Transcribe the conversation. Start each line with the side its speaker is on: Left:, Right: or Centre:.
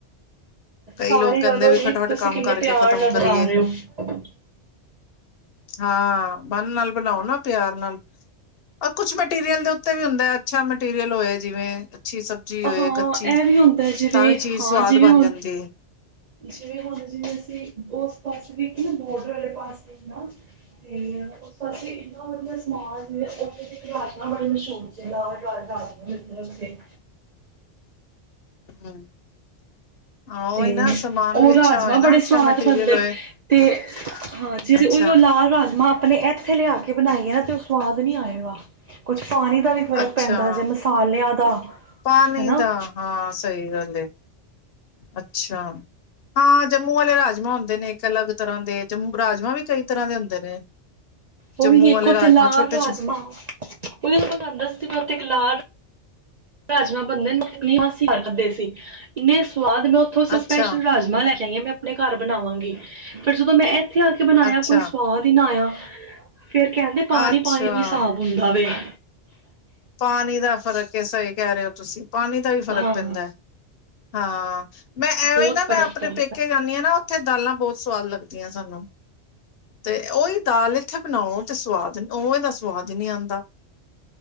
Left: ਕਈ
Right: ਸਾਰੀ
Left: ਲੋਕ ਕਹਿੰਦੇ
Right: ਗੱਲ ਹੋ
Left: ਵੀ
Right: ਰਹੀ
Left: ਖਟਵਟ
Right: ਤੁਸੀਂ
Left: ਕੰਮ
Right: ਕਿੰਨੇ
Left: ਕਰਕੇ
Right: ਪਿਆਰ
Left: ਖ਼ਤਮ
Right: ਨਾਲ
Left: ਕਰੀਏ
Right: ਬਣਾ ਰਹੇ ਹੋ।
Left: ਹਾਂ। ਮਨ ਨਾਲ ਬਣਾਓ ਨਾ ਪਿਆਰ ਨਾਲ--ਅ ਕੁਛ ਮਟੀਰੀਅਲ ਦੇ ਉੱਤੇ ਵੀ ਹੁੰਦਾ। ਅੱਛਾ ਮਟੀਰੀਅਲ ਹੋਏ ਜਿਵੇਂ ਅੱਛੀ ਸਬਜ਼ੀ
Right: ਆਹਾਂ
Left: ਹੋਏ ਕੱਚੀ
Right: ਇਹ ਵੀ ਹੁੰਦਾ ਜਿਵੇਂ
Left: ਤਾਂ ਵੀ ਚੀਜ਼
Right: ਹਾਂ
Left: ਸਵਾਦ
Right: ਜਿਵੇਂ
Left: ਬਣ
Right: ਹੁਣ
Left: ਜਾਂਦੀ ਹੈ
Right: ਜਿਵੇਂ ਹੁਣ ਜਿਵੇਂ ਅਸੀਂ ਉਸ ਪਾਸੇ ਵੀ ਕੀ ਹੁੰਦਾ ਬੋਰਡਰ ਵਾਲੇ। ਪਾਸ ਨਾ ਤੇ ਉਸ ਪਾਸੇ ਇਨਾ ਵਧੀਆ ਸਮਾਨ ਉਥੇ ਦੇ ਤੇ ਰਾਜਮਾ ਬੜੇ ਮਸ਼ਹੂਰ ਸੀ ਲਾਲ ਰਾਜਮਾ ਮਿਲਦੇ ਉੱਥੇ
Left: ਹਮ। ਹਾਂ ਉਹੀ
Right: ਤੇ
Left: ਨਾ ਸਮਾਨ
Right: ਉਹ
Left: ਵੀ ਅੱਛਾ
Right: ਰਾਜਮਾਂ
Left: ਹੋਏ
Right: ਬੜੇ
Left: ਨਾ ਅੱਛਾ
Right: ਸਵਾਦ
Left: ਮਟੀਰੀਅਲ
Right: ਬਣਦੇ
Left: ਹੋਏ
Right: ਨੇ। ਤੇ ਹਾਂ ਜੇ
Left: ਅੱਛਾ
Right: ਓਈਉ ਲਾਲ ਰਾਜਮਾਂ ਆਪਣੇ ਏਥ ਏਥੇ ਲਿਆ ਕੇ ਬਣਾਈਏ ਨਾ ਤੇ ਉਹ ਸਵਾਦ ਨੀ ਆਏਗਾ। ਕੁਛ ਪਾਣੀ ਦਾ ਵੀ ਫ਼ਰਕ
Left: ਅੱਛਾ
Right: ਪੈਂਦਾ ਜੇ। ਮਸਾਲਿਆਂ ਦਾ
Left: ਪਾਣੀ
Right: ਹਨਾ
Left: ਦਾ। ਹਾਂ ਸਈ ਗੱਲ। ਲੇ। ਅੱਛਾ। ਹਾਂ। ਜੰਮੂ ਵਾਲੇ ਰਾਜਮਾਂ ਹੁੰਦੇ ਨੇ ਇੱਕ ਅਲੱਗ ਤਰ੍ਹਾਂ ਦੇ, ਜੰਮੂ ਰਾਜਮਾਂ ਵੀ ਕਈ ਤਰ੍ਹਾਂ ਦੇ ਹੁੰਦੇ ਨੇ।
Right: ਉਹੀਹੀ
Left: ਜੰਮੂ
Right: ਇੱਕ
Left: ਵਾਲੇ
Right: ਉੱਥੇ
Left: ਰਾਜਮਾਂ
Right: ਲਾਲ
Left: ਛੋਟੇ
Right: ਰਾਜਮਾ।
Left: ਛੋ
Right: ਉਈਉ ਤੇ ਮੇ ਤੁਹਾਨੂੰ ਦੱਸਦੀ ਪਈ ਉੱਥੇ ਇੱਕ ਲਾਲ ਰਾਜਮਾ ਬਣਨ ਆਪਣੀ ਮਾਸੀ ਘਰ ਖਾਧੇ ਸੀ। ਇੰਨੇ ਸ ਸਵਾਦ ਲਓ ਉੱਥੋਂ
Left: ਅੱਛਾ
Right: ਸਪੈਸ਼ਲ ਰਾਜਮਾ ਲੈ ਸਹੀ ਆ ਮੈਂ ਆਪਣੇ ਘਰ ਬਣਾਵਾਂਗੀ। ਪਰ ਜਦੋਂ ਮੈਂ ਇਹ ਇੱਥੇ ਆ ਕੇ ਬਣਾਇਆ
Left: ਅੱਛਾ
Right: ਕੋਈ ਸਵਾਦ ਹੀ ਨਾ ਆਇਆ। ਫੇਰ ਕਹਿੰਦੇ ਪਾਣੀ
Left: ਅੱਛਾ
Right: ਪਾਣੀ ਵੀ ਸਾਫ਼ ਹੁੰਦਾ ਵੇ <inaudible>
Left: ਪਾਣੀ ਦਾ ਫ਼ਰਕ ਐ ਕਹਿ ਰਹੇ ਹੋ ਤੁਸੀਂ ਪਾਣੀ ਦਾ ਵੀ ਫ਼ਰਕ
Right: ਹਾਂ
Left: ਪੈਂਦੇ ਹਾਂ ਮੈਂ ਐਵੇਂ
Right: ਬਹੁਤ
Left: ਹੀ ਨਾ
Right: ਫਰਕ
Left: ਮੈਂ ਆਪਣੇ
Right: ਪੈਂਦਾ
Left: ਪੇਕੇ ਜਾਂਦੀ ਹਾਂ ਨਾ ਉੱਥੇ ਦਾਲਾਂ ਬਹੁਤ ਸਵਾਦ ਲੱਗਦੀਆਂ ਸਾਨੂੰ। ਤੇ ਓਹੀ ਦਾਲ ਇੱਥੇ ਬਣਾਓ ਤੇ ਸਵਾਦ ਓਵੇ ਦਾ ਸਵਾਦ ਹੀ ਨਹੀਂ ਆਉਂਦਾ